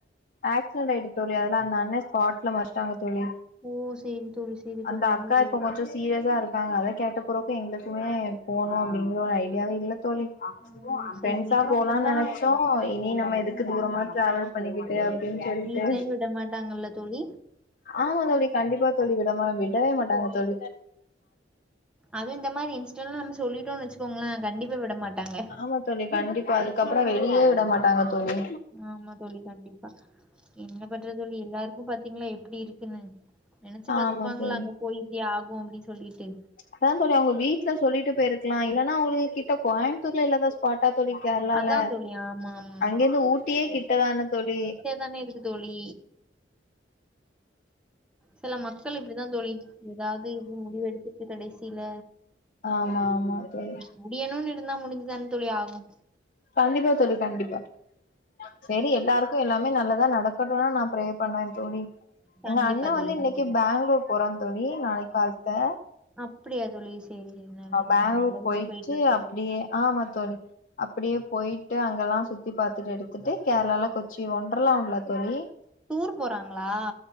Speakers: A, on the left (about 50°); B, in the centre.
A: ஆக்சிடெண்ட் ஆய்ட்டு தோழி அதுல அந்த அண்ணே ஸ்பாட்ல மஷ்ட்டாங்க தோழி
B: ஓ! சரி தோழி, சரி
A: அந்த
B: தோழி.
A: அக்கா
B: ஐயையோ!
A: இப்ப கொஞ்சோ சீரியஸாரு க்காங்க அத கேட்ட பெறகு எங்ளுக்மே போனு அப்டிங்கற ஒரு ஐடியாவே இல்ல தோழி
B: ஓ!
A: ஃப்ரெண்ஸா
B: சரி தோழி. இப்பலாம்
A: போலான்
B: ஃபுல்லா
A: நெனச்சோ இனி நம்ம எதுக்கு
B: ம்.
A: தூரமா டிராவல் பண்ணிக்கி ட்டு அப்டின் சொல்ட்டு
B: வீட்லயும் விட மாட்டாங்கல்ல தோழி?
A: ஆமா தோழி கண்டிப்பா தோழி விடமா விடவே மாட்டாங்க தோழி
B: அது இந்த மாரி இன்ஸிடென்லா நம்ம சொல்லிட்டோன் வச்சுகோங்ளே கண்டிப்பா விட மாட்டாங்க
A: ஆமா தோழி கண்டிப்பா அதுக்கப்றோ‌ வெளியே விட மாட்டாங்க தோழி
B: ஆமா தோழி கண்டிப்பா என்ன பண்ற தோழி எல்லாரு பாத்தீங்களா எப்டி இருக்குன்னு நெனச்சு
A: ஆமா
B: பாத்துருப்பாங்களா
A: தோழி
B: அங்கபோய் இப்டி ஆகு அப்டி சொல்லிட்டு
A: அதா தோழி அவுங்க வீட்ல சொல்லிட்டு போய்ருக்லா இல்லனா அவுங்களுகிட்ட கோயம்புத்தூர்ல இல்லாத ஸ் பாட்டா தோழி கேர்ளால
B: அதான் தோழி. ஆமா, ஆமா.
A: அங்கெந்து ஊட்டியே கிட்டதானே தோழி
B: <unintelligible> எதுக்கு தோழி சில மக்கள் இப்டிதா தோழி எதாவ்து இது முடிவு எடுத்துட்டு கடைசில
A: ஆமா ஆமா தோழி
B: முடியணுன் இருந்தா முடிஞ்சு தானே தோழி ஆகு
A: கண்டிப்பா தோழி கண்டிப்பா செரி எல்லாருக்கு எல்லாமே நல்லதா நடக்கட்டுனு நா ப்ரே பண்ணுவே தோழி
B: கண்டிப்பா
A: எங்க அண்ணே வந்து
B: தோழி
A: இன்னக்கி
B: கண்டிப்பா
A: பெங்களூர் போறா தோழி நாளைக் கால்த்த
B: அப்பிடியா தோழி சேரி சேரி நல்
A: பேங்களூர்
B: நல்லபடியா
A: போயிட்டு
B: போய்ட்டு வர்ட்டு தோழி
A: ஆமா தோழி அப்பிடியே போய்ட்டு அங்கல்லா சுத்தி பாத்துட்டு எடுத்துட்டு கேர்ளால கொச்சி ஒன்டர்லாம்ல தோழி
B: டூர் போறாங்களா